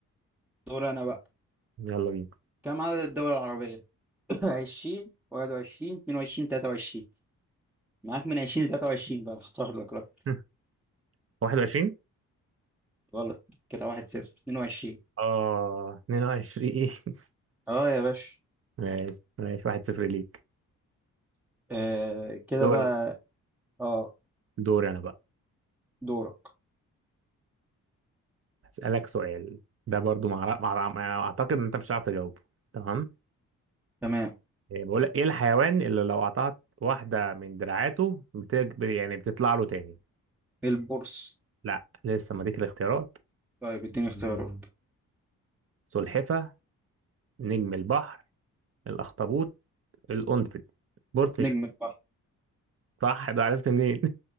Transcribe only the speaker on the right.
يلا بينا
<laughs> 21
اه 22 <laughs>
ماشي ماشي واحد صفر ليك
دور
انا
دور انا بقى
هسألك سؤال ده برضو مع... مع... مع... اعتقد ان انت مش هتعرف تجاوبه تمام
إيه، بقول لك ايه الحيوان اللي لو قطعت واحدة من دراعاته بتج... يعني بتطلع له تاني
لا لسه ما ديك الاختيارات
سلحفة نجم البحر الاخطبوط القنفذ بورس مش
صح ده عرفت منين